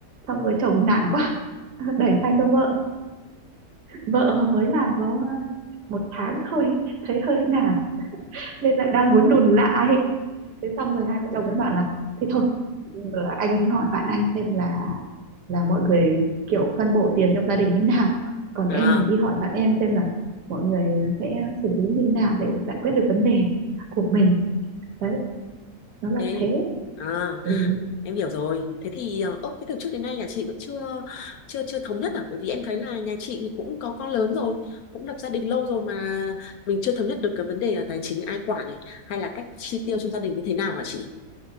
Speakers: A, on the right; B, on the left.
A: xong rồi chồng nản quá <laughs> đẩy sang cho vợ vợ mới làm có một tháng thôi thấy hơi nản nên lại đang muốn đùn lại thế xong rồi hai vợ chồng mới bảo là thế thôi ờ, anh đi hỏi bạn anh xem là là mọi người kiểu phân bổ tiền trong gia đình như nào còn
B: à
A: em thì đi hỏi bạn em xem là mọi người sẽ xử lý như nào để giải quyết được vấn đề của mình đấy nó là
B: thế
A: thế
B: à
A: ừ.
B: em hiểu rồi thế thì ờ, ốc thế từ trước đến nay nhà chị vẫn chưa chưa chưa thống nhất à bởi vì em thấy là nhà chị thì cũng có con lớn rồi cũng lập gia đình lâu rồi mà mình chưa thống nhất được cái vấn đề là tài chính ai quản này hay là cách chi tiêu trong gia đình như thế nào hả chị